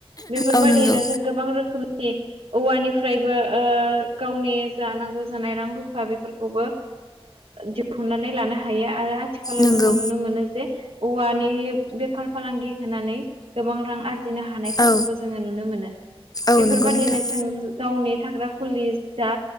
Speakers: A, on the right; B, on the left.
A: बेफोरबायदिनो
B: औ नंगौ
A: जों गोबां रोखोमनि औवानिफ्रायबो गावनि जा नांगौ जानाय रां रुफा बेफोरखौबो दिहुननानै लानो हायो आरो आथिखालाव
B: नंगौ
A: जोङो नुनो मोनो जे औवानि बेफार फालांगि होनानै गोबां रां आरजि बिनो हानायफोरखौबो
B: औ
A: जोङो नुनो मोनो
B: औ
A: बेफोरबायदिनो
B: नंगौ नोंथां
A: जों गावनि थाग्रा खुलि जा